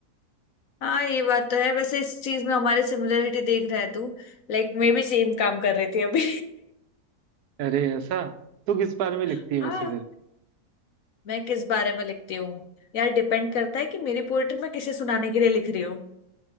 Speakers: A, on the left; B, on the right.
A: हाँ ये बात तो है वैसे इस चीज में हमारे सिमिलरिटी देख रहा है तू लाइक मैं भी सेम काम कर रही थी अभी
B: अरे ऐसा तू किस बारे में लिखती
A: <laughs>
B: है वैसे
A: हाँ
B: फिर
A: मैं किस बारे में लिखती हूँ यार डिपेंड करता है कि मेरी पोएट्री मैं किसे सुनाने के लिए लिख रही हूँ